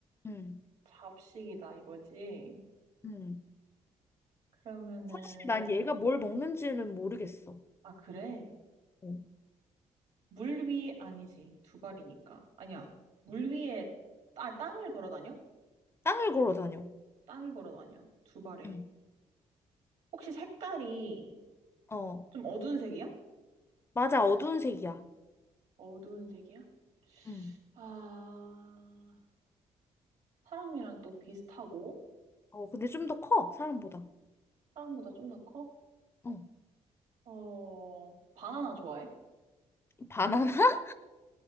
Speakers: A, on the left (about 20°); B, on the right (about 70°).
A: 음,
B: 잡식이다 이거지?
A: 음.
B: 그러면은,
A: 사실 난 얘가 뭘 먹는지는 모르겠어.
B: 아, 그래.
A: 어.
B: 물 위 아니지. 두 발이니까. 아니야. 물 위에, 아, 땅을 걸어 다녀?
A: 땅을 걸어 다녀.
B: 땅을 걸어 다녀. 두 발에.
A: 음.
B: 혹시 색깔이
A: 어,
B: 좀 어두운 색이야?
A: 맞아. 어두운 색이야.
B: 어두운 색이야?
A: 음.
B: 아, 사람이랑 또 비슷하고,
A: 어, 근데 좀 더 커, 사람보다.
B: 사람보다 좀 더 커?
A: 어.
B: 어, 바나나 좋아해?
A: 바나나? <laughs>